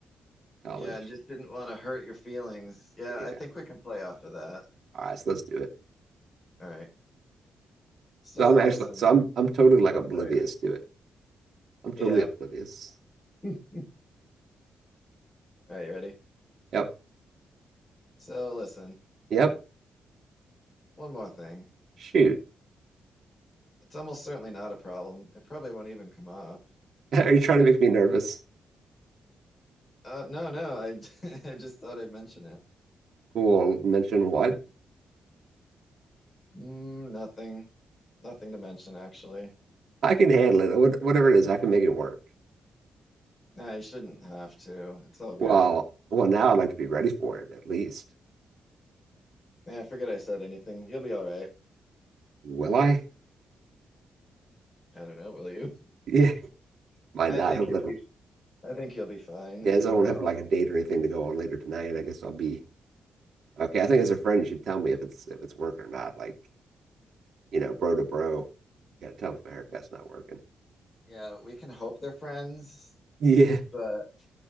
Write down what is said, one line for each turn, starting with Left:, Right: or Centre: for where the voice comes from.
Right: in college.
Left: Yeah, I just didn't want to hurt your feelings. Yeah,
Right: Yeah.
Left: I think we can play off of that.
Right: All right. So let's do it.
Left: All right. So
Right: So I'm actually,
Left: listen.
Right: so I'm, I'm totally like
Left: Oh,
Right: oblivious
Left: sorry.
Right: to it. I'm totally
Left: Yeah.
Right: oblivious.
Left: <laughs> All right, you ready?
Right: Yep.
Left: So listen,
Right: Yep.
Left: one more thing.
Right: Shoot.
Left: It's almost certainly not a problem. It probably won't even come up.
Right: <laughs> Are you trying to make me nervous?
Left: Uh, no, no, I <laughs> I just thought I'd mention it.
Right: Cool. Mention what?
Left: Mm, nothing. Nothing to mention, actually.
Right: I can handle it. What, whatever it is, I can make it work.
Left: Nah, you shouldn't have to. It's all
Right: Well,
Left: good.
Right: well, now I'd like to be ready for it at least.
Left: Yeah, forget I said anything. You'll be all right.
Right: Will I?
Left: I don't know, will you?
Right: Yeah, <laughs>
Left: <laughs>
Right: might
Left: I
Right: not.
Left: think
Right: Hopefully,
Left: you'll
Right: I
Left: be
Right: don't.
Left: I think you'll be fine
Right: Yeah, as
Left: overall.
Right: I don't have like a date or anything to go on later tonight, I guess I'll be okay. I think as a friend, you should tell me if it's if it's working or not. Like, you know, bro to bro, you gotta tell me if my haircut's not working.
Left: Yeah, we can hope they're friends,
Right: <laughs> Yeah.
Left: but